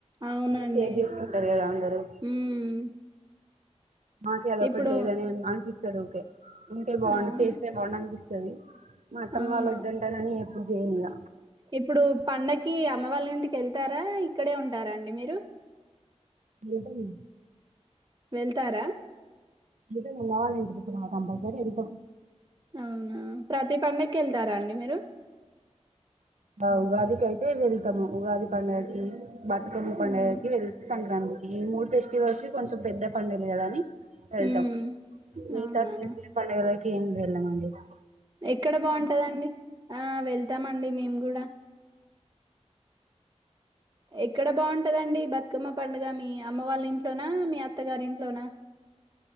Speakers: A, on the right (about 30°); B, on the right (about 85°).
A: అవునండి
B: సేవ్ చేసుకుంటారు కదా అందరు
A: ఉమ్
B: మాకి అది
A: ఇప్పుడు
B: ఒక్కటి లేదే అని అనిపి సరే ఓకే ఉంటే బాగుండు
A: అవును
B: చేస్తే బాగుండు అనిపి రవి మా అత్తమ్మ
A: అవును
B: వాళ్ళు వద్దంటారని చేయను ఇగ
A: ఇప్పుడు పండక్కి అమ్మ వాళ్ల ఇంటిక వెళ్తారా? ఇక్కడే ఉంటారా అండి మీరు?
B: ఉంటాము
A: వెళ్తారా?
B: రిటర్న్ నేను రావలనే విత్ రా కాంబరీత్ఏరీతిం
A: అవునా, ప్రతి పండక్కి వెళ్తారా అండి మీరు?
B: మా ఉగాదికి అయితే వెళ్తాము. ఉగాది పండక్కి. బతుకమ్మ
A: హ్మ్
B: పండక్కి వెళ్తే, సంక్రాంతి ఈ మూడు ఫెస్టివల్స్ కొంచెం పెద్ద పండుగలు అని. వెళ్తాం.
A: హ్మ్
B: మిగతా
A: అవునా
B: చిన్న చిన్న పండగల్కి. ఏం వెళ్ళమండి మేము
A: ఎక్కడ బాగుంటాది అండి? ఆ వెళ్తాము అండి మేము. కూడా ఎక్కడ బాగుంటాది అండి బతుకమ్మ పండగ? మీ అమ్మ వాళ్ల ఇంట్లోనా? మీ అత్తగారి ఇంట్లోనా?